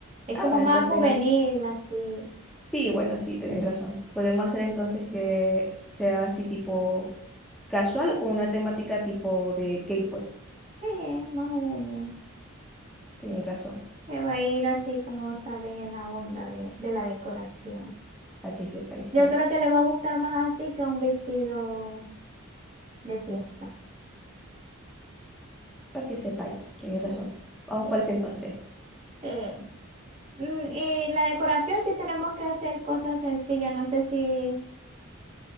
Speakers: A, on the right (about 30°); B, in the centre.
A: Es
B: Ah,
A: como
B: bueno,
A: más
B: entonces,
A: juvenil, así.
B: sí, bueno, sí, tenéis razón. Podemos hacer entonces que sea así tipo casual o con una temática tipo de K-pop.
A: Sí, es más juvenil.
B: Tenéis razón.
A: Se va a ir así, como sabéis, en la onda de, de la decoración.
B: Para que sepáis,
A: Yo
B: sí.
A: creo que le va a gustar más así que un vestido de fiesta.
B: Para que sepáis, tenéis
A: Sí,
B: razón. Vamos
A: sí,
B: por ese entonces.
A: sí. Mm, Y la decoración sí tenemos que hacer cosas sencillas, no sé si